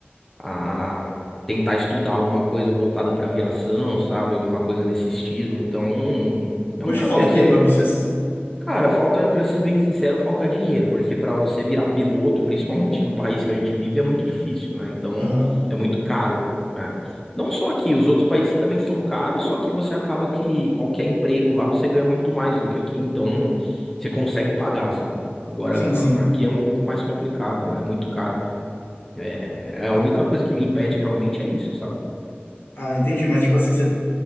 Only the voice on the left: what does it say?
Hoje
falta o
quê para
vocês?
Aham.
Sim, sim.
Ah, entendi, mas tipo assim, você.